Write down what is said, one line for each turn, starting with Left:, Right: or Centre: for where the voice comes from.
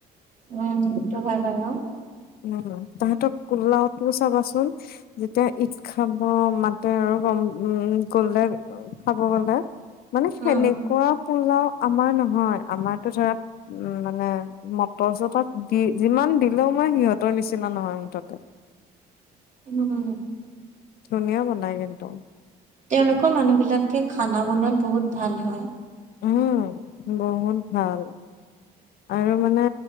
Right: উম, সেইটো হয় বাৰু।
Left: উ, তাহাঁতৰ কোল্লাওটো চাবাচোন? যেতিয়া, ঈদ খাব মাতে আৰু গ'ম, উম! গ'লে, খাব গ'লে। মানে, সেনেকুৱা
Right: উম,
Left: পোলাওঁ আমাৰ নহয়, আমাৰতো ধৰা, উম! মানে, মটৰ- চটৰ দি, যিমান দিলেও মই সিহঁতৰ নিচিনা নহয় মুঠতে।
Right: উম।
Left: ধুনীয়া বনাই কিন্তু।
Right: তেওঁলোকৰ মানুহবিলাকে, খানা বনোৱাত বহুত ভাল হয়!
Left: উম, বহুত ভাল! আৰু মানে,